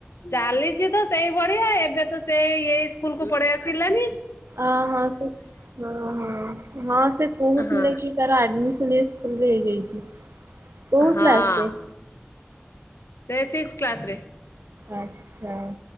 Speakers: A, on the left; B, on the right.
A: ଚାଲିଛି ତ ସେଇଭଳିିଆ ଏବେ ତ ସେଇ ଏଇ ସ୍କୁଲ କୁ ପଳେଇ ଆସିଲାନି।
B: ଅ ହଁ ସେ ହଁ ହଁ ହଁ ସେ କହୁଥିଲେ
A: ହଁ
B: କି ତାର ଆଡ଼ମିଶନ ଏ ସ୍କୁଲରେ ହେଇଯାଇଛି। କୋଉ
A: ହଁ
B: କ୍ଲାସରେ?
A: ସେ ସିକ୍ସ କ୍ଲାସ ରେ।
B: ଆଚ୍ଛା